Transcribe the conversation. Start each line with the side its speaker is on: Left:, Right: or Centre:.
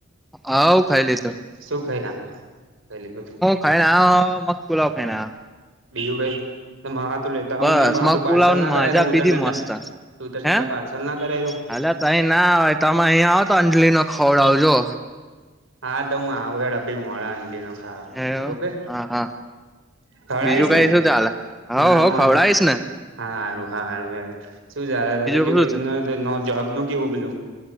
Centre: હોવ ખઈ લીધું.
Right: શું ખયા ખાઈ લીધું?
Centre: ખાઈના આ અ મગપુલાવ ખાઈને આયો.
Right: બીજું કઈ ત મારા આતુ લેતા આવું
Centre: બસ
Right: નઇ મારા
Centre: મગ
Right: હતું પાર્સલ
Centre: પુલાવ ની
Right: નાં
Centre: મજા
Right: કરાઈ ઉતરજનડા.
Centre: પીધી મસ્ત
Right: તું ઉત્તર
Centre: હે
Right: જનતા પાર્સલ ના કરાઈ દઉ?
Centre: હાલ તઈ ના અવાય તમે અયા આવો તો અંજલિ નો ખવડાવું જો.
Right: હા તો હું આવું હેડ અબી મોડા અંજલિ નો ખાવા
Centre: એવું.
Right: ઓકે.
Centre: હા હા
Right: ખવડાવીશ
Centre: બીજું કઈ
Right: ને?
Centre: શું ચાલે હવ
Right: ના
Centre: હવ
Right: હું
Centre: ખવડાવીશ
Right: આય
Centre: ને.
Right: હારું હારું હેર શું ચાલે છે બીજું
Centre: શું
Right: કઈ
Centre: છે
Right: નર? નોર નો જોબનું કેવું બધુ?